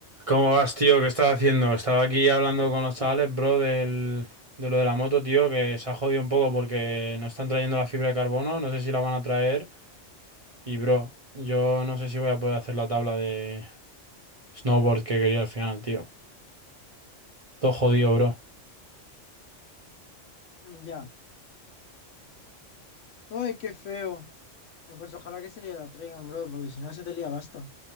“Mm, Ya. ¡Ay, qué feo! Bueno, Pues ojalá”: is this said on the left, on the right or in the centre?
Left